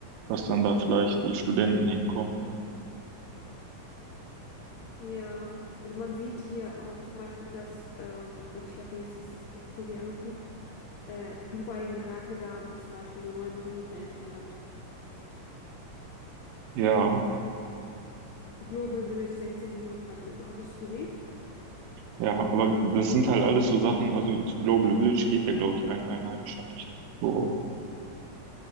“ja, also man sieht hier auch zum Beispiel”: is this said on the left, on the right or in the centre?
Left